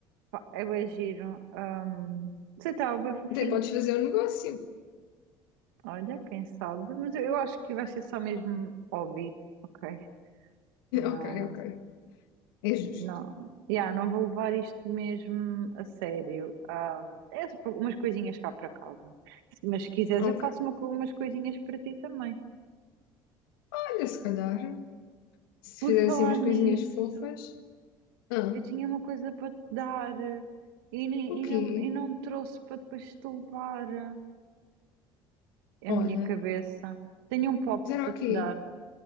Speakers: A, on the right; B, on the left.
A: pá, é bem giro. Hum, não sei, estava bem fofinho.
B: Até podes fazer um negócio. <laughs>
A: Olha, quem sabe. Mas eu, eu acho que vai ser só mesmo hobby. Ok. Não,
B: Ok, ok. É justo.
A: não. Yeah, não vou levar isto mesmo a sério. Hum, é só umas coisinhas cá para casa. Se- Mas se quiseres,
B: Ok.
A: eu faço uma co- umas coisinhas para ti também.
B: Olha, se calhar, se
A: Por
B: fizer
A: falar
B: assim umas
A: nisso,
B: coisinhas fofas. Ah,
A: eu tinha uma coisa para te dar eh, e, nem-
B: o quê?
A: e não, e não me trouxe para depois te levar. eh, a
B: Olha,
A: minha cabeça. Tenho um pop
B: fizeram
A: para
B: o quê?
A: te dar.